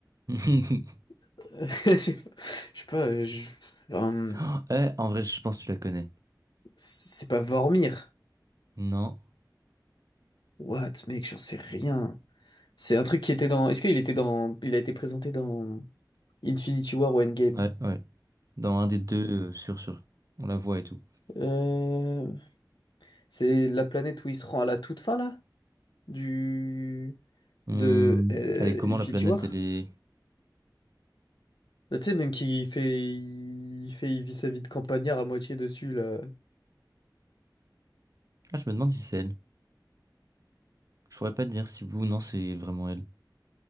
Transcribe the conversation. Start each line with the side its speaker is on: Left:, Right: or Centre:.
Right: <laughs>
Left: <laughs> Je sais pas, je sais pas, euh, je- hum,
Right: Oh, eh, en vrai, je pense que tu la connais.
Left: c'est pas Vormir.
Right: Non.
Left: What, mec, j'en sais rien. C'est un truc qui était dans. Est-ce qu'il était dans. Il a été présenté dans Infinity War ou Endgame?
Right: Ouais, ouais. Dans un des deux, euh, sûr, sûr. On la voit et tout.
Left: Euh, C'est la planète où il se rend à la toute fin là? Du.
Right: Hmm,
Left: De euh,
Right: Elle est comment
Left: Infinity
Right: la planète?
Left: War?
Right: Elle est...
Left: Là, Tu sais, même qui fait. Il fait. Il vit sa vie de campagnard à moitié dessus là.
Right: Ah, je me demande si c'est elle. Je pourrais pas te dire si vous, non, c'est vraiment elle.